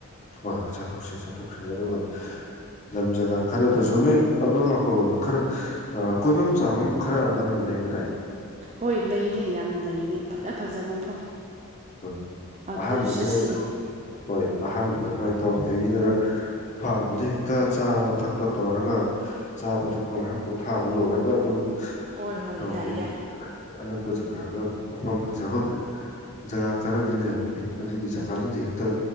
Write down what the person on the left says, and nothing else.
ꯍꯣꯏ ꯍꯣꯏ ꯆꯥꯊꯣꯛꯁꯤ ꯆꯥꯊꯣꯛꯁꯤ ꯑꯗꯨꯒ ꯂꯝ ꯖꯒꯥ ꯈꯔꯗꯁꯨ ꯅꯣꯏ ꯑꯗꯣꯝ ꯅꯥꯀꯜꯂꯣꯝꯗ ꯈꯔ ꯀꯣꯏꯐꯝ ꯆꯥꯐꯝ ꯈꯔ ꯑꯗꯨꯝ ꯂꯩꯕ ꯇꯥꯏ
ꯍꯣꯏ
ꯑꯍꯥꯟꯕꯗꯅꯦ
ꯍꯣꯏ ꯑꯍꯥꯟꯕꯗꯅ ꯇꯧꯒ ꯑꯩꯒꯤꯗ ꯐꯥꯔꯝꯗꯨꯗ ꯍꯦꯛꯇ ꯆꯥꯕ ꯊꯛꯄ ꯇꯧꯔꯒ ꯆꯥꯕ ꯊꯛꯄ ꯃꯌꯥꯝ ꯄꯣꯊꯥꯕ ꯂꯣꯏꯔꯒ ꯑꯗꯨꯝ
ꯇꯧꯔꯦ
ꯑꯅꯛꯄ ꯖꯒꯥꯗ ꯃꯐꯝ ꯐꯖꯕꯒ ꯖꯒꯥ ꯈꯔꯗꯤ ꯂꯩꯔꯝꯃꯅꯤ ꯑꯗꯨꯒꯤ ꯖꯒꯥꯗꯨꯗ ꯍꯦꯛꯇ